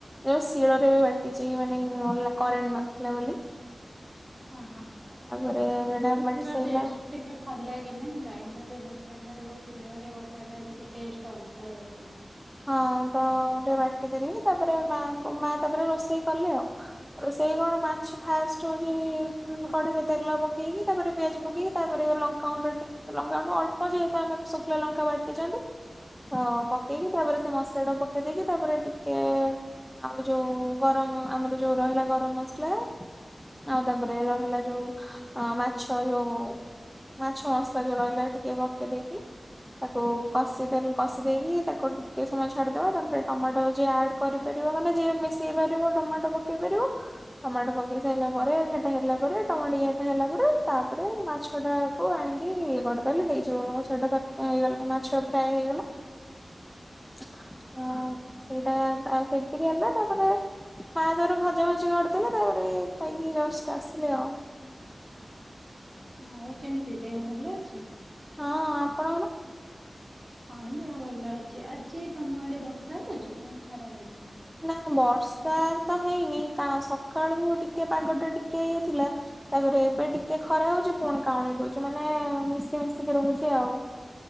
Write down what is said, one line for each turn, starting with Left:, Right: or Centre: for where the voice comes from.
Centre: ଯୋଉ ଶିଳରେ ବି ବାଟିଛି ମାନେ କରେଣ୍ଟ ନଥିଲା ବୋଲି।
Right: ହଁ ହଁ
Centre: ତାପରେ ଏଇଟା
Right: ସେ
Centre: ବାଟି
Right: ତା
Centre: ସାଇଲା
Right: ଟେଷ୍ଟ ଟିକେ ଭଲ ଲାଗେ ନା ଗ୍ରାଇଣ୍ଡରରେ ବଟା ଠାରୁ ଶିଳରେ ବଟାଟା ଟିକେ ଟେଷ୍ଟ ଅଲଗା ଲାଗେ
Centre: ହଁ ତ ମୁଁ ଟିକେ ବାଟି ଦେଲି ତାପରେ ମାଙ୍କୁ ମା ତାପରେ ରୋଷେଇ କଲେ ଆଉ। ରୋସେଇ କଣ ମାଛ ଫାଷ୍ଟ ହଉଛି କଡିିରେ ତେଲ ପକେଇକି ତାପରେ ପିଆଜ ପକେଇକି ତାପରେ ଲଙ୍କ ଲଙ୍କା ଗୁଣ୍ଡ ଟିକେ ଲଙ୍କା ଗୁଣ୍ଡ ଅଳ୍ପ ଯେହେତୁ ଆମେ ଶୁଖିଲା ଲଙ୍କା ବାଟିଛନ୍ତି ତ ପକେଇକି ତାପରେ ସେ ମସଲା ଟାକୁ ପକେଇ ଦେଇକି ତାପରେ ଟିକେ ଆଉ ଯୋଉ ଗରମ ଆମର ଯୋଉ ରହିଲା ଗରମ ମସଲା ଆଉ ତାପରେ ରହିଲା ଯୋଉ ଅ ମାଛ ଯୋଉ ମାଛ ମସଲା ଯୋଉ ରହିଲା ଟିକେ ପକେଇ ଦେଇକି ତାକୁ କଷିଦେଲ୍ କଷି ଦେଇକି ତାକୁ ଟିକେ ସମୟ ଛାଡିଦବା ତାପରେ ଟମାଟୋ ଯେ ଆଡ କରିପାରିବ ମାନେ ଯିଏ ମିଶେଇ ପାରିବ ଟମାଟୋ ପକେଇ ପାରିବ ଟମାଟୋ ପକେଇ ସାରିଲା
Right: ହଁ
Centre: ପରେ ସେଟା ହେଲା ପରେ ଟମାଟ ଇଏ ଫିଏ ହେଲା ପରେ ତାପରେ ମାଛ ଟା କୁ ଆଣିକି ଇଏ କରିଦେଲେ ହେଇଯିବ ସେଇଟା ତଟ୍କା ହେଇଗଲା ମାଛ ଫ୍ରାଏ ହେଇଗଲା। <inaudible>
Right: ହଁ।
Centre: ସେଇଟା ଆଉ ସେମତିକି ହେଲା ତାପରେ ମା ତାର ଭଜା ଭଜି କରିଦେଲେ ତାପରେ ଏଇ ଖାଇକି ଜଷ୍ଟ ଆସିଲି ଆଉ।
Right: ଆଉ କେମିତି ଦେହ ଭଲ ଅଛି?
Centre: ହଁ ଆପଣଙ୍କର?
Right: ହଁ ଦେହ ଭଲ ଅଛି ଆଜି ତମ ଆଡେ ବର୍ଷା ହଉଛି ନା ଖରା ହଉଛି?
Centre: ନା ବର୍ଷା ତ ହେଇନି କାଉଁ ସକାଳୁ ଟିକେ ପାଗ ଟା ଟିକେ ଇଏ ଥିଲା ତାପରେ ଏବେ ଟିକେ ଖରା ହଉଛି ପୁଣି କାଉଁଳେଇ ଦଉଛି ମାନେ ମିଶି ମିଶିକି ରହୁଛି ଆଉ।